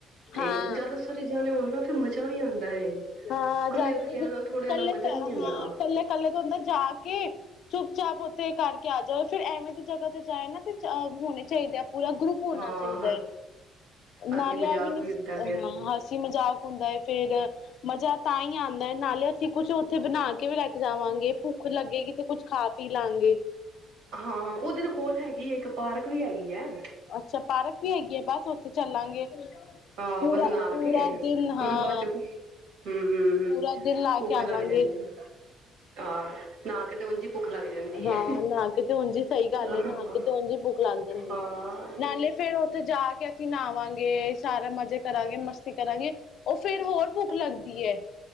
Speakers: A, on the right; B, on the left.
A: ਤੇ
B: ਹਾਂ
A: ਜਿਆਦਾ ਸਾਰੇ ਜਾਣੇ ਹੋਣ ਨਾ ਮਜ਼ਾ ਵੀ ਆਂਦਾ ਏ।
B: ਹਾਂ,
A: ਕੱਲਿਆਂ
B: ਜ਼ਿਆਦਾ
A: ਕੱਲਿਆਂ
B: ਜ-ਕੱਲੇ-ਕੱਲੇ
A: ਨਾਲ ਥੋੜਿਆਂ ਨਾਲ ਮਜ਼ਾ ਵੀ ਨੀ ਆਉਂਦਾ
B: ਹਾਂ, ਕੱਲੇ-ਕੱਲੇ ਤੋਂ ਅੰਦਰ ਜਾ ਕੇ, ਚੁੱਪ ਚਾਪ ਤੇ ਕਰਕੇ ਆ ਜਾਓ, ਫਿਰ ਐਵੇਂ ਦੀ ਜਗ੍ਹਾ ਤੇ ਜਾਏ ਨਾ ਤੇ ਚ ਹੋਣੇ ਚਾਹੀਦੇ ਆ। ਪੂਰਾ ਗਰੁੱਪ ਹੋਣਾ
A: ਹਾਂ
B: ਚਾਹੀਦਾ
A: ਹਾਂ
B: ਹੈ। ਨਾਲੇ
A: ਅਸੀਂ ਮਜ਼ਾਕ
B: ਏਵੀ ਨੀ
A: ਵੀ
B: ਹ
A: ਹੁੰਦਾ ਫੇਰ
B: ਹੱਸੀ- ਮਜ਼ਾਕ ਹੁੰਦਾ ਹੈ, ਫੇਿਰ ਜ ਮਜ਼ਾ ਤਾਂ ਹੀ ਆਉਂਦਾ ਹੈ, ਨਾਲੇ ਅਸੀਂ ਕੁਛ ਉੱਥੇ ਬਣਾ ਕੇ ਵੀ ਲੈ ਕੇ ਜਾਵਾਂਗੇ। ਭੁੱਖ ਲੱਗੇਗੀ ਤੇ ਕੁਛ ਖਾ ਪੀ ਲਾਗੇਂ।
A: ਹਾਂ, ਉਦਰ ਕੋਲ ਹੈਗੀ ਹੈ, ਇੱਕ ਪਾਰਕ ਵੀ ਹੈਗੀ ਹੈ।
B: ਅੱਛਾ, ਪਾਰਕ ਵੀ ਹੈਗੀ ਆ, ਬਸ ਉੱਥੇ ਚੱਲਾਂਗੇ।
A: ਆਹੋ
B: ਪੂਰਾ
A: ਬਸ ਨਹਾ
B: ਪੂਰਾ
A: ਕੇ, ਕਿਉਂਕਿ
B: ਦਿਨ ਹਾਂ
A: ਬਾਦ ਚ ਹੁੰ-ਹੁੰ-ਹੁੰ
B: ਪੂਰਾ ਦਿਨ ਲਾ
A: ਭੁੱਖ
B: ਕੇ ਆਵਾਂਗੇ
A: ਲੱਗ ਜਾਂਦੀ ਆ। ਹਾਂ। ਨਹਾ ਕੇ ਤੇ ਉਝ ਹੀ ਭੁੱਖ ਲੱਗ ਜਾਂਦੀ
B: ਹਾਂ,
A: ਹੈ
B: ਨਹਾ ਕਿਤੇ ਹੁਣ ਜ ਸਹੀ ਗੱਲ
A: ਹਾਂ
B: ਹੇ। ਨਾਲ ਕਿਤੇ ਹੁਣ ਜ ਹੀ ਭੁੱਖ ਲੱਗ ਜਾਂਦੀ
A: ਹਾਂ,
B: ਹੈ, ਨਾਲੇ ਫੇਰ ਉੱਥੇ ਜਾ ਕੇ ਕਿ ਨਾਵਾਂਗੇ ਜ ਸਾਰੇ ਮਜ਼ੇ ਕਰਾਂਗੇ, ਮਸਤੀ ਕਰਾਂਗੇ, ਉਹ ਫੇਰ ਹੋਰ ਭੁੱਖ ਲੱਗਦੀ ਹੈ।